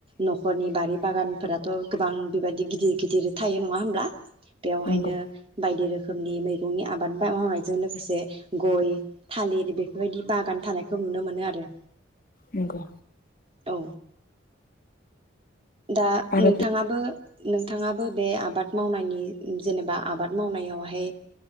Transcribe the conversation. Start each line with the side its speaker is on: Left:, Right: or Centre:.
Right: नखरनि बारि बागानफोराथ गोबां बेबायदि गिदिर गिदिर थायो नङा होमब्ला बेयावहायनो
Left: नंगौ
Right: बायदि रोखोमनि मैगंनि आबाद मावनायजों लोगोसे गय थालिर बेफोरबायदि बागान थानायखौ नुनो मोनो आरो
Left: नंगौ
Right: औ दा
Left: आरो
Right: नोंथाङाबो नोंथाङाबो बे आबाद मावनायनि जेनेबा आबाद मावनायावहाय